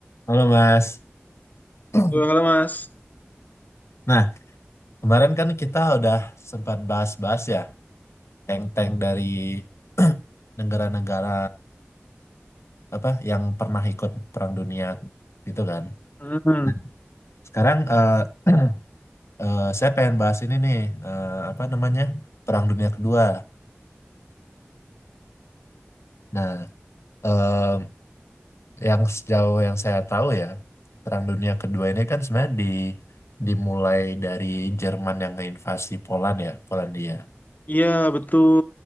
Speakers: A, on the left; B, on the left.
A: Halo Mas. <clears throat>
B: Halo, halo, Mas.
A: Nah, kemarin kan kita udah sempat bahas-bahas ya tank-tank dari <clears throat> negara-negara apa yang pernah ikut Perang Dunia gitu kan.
B: Hmm,
A: Nah, sekarang eh, <clears throat> eh, saya pengen bahas ini nih eh, apa namanya Perang Dunia Kedua. Nah, eh, yang sejauh yang saya tahu ya Perang Dunia Kedua ini kan sebenarnya di dimulai dari Jerman yang invasi Poland ya, Polandia.
B: iya betul.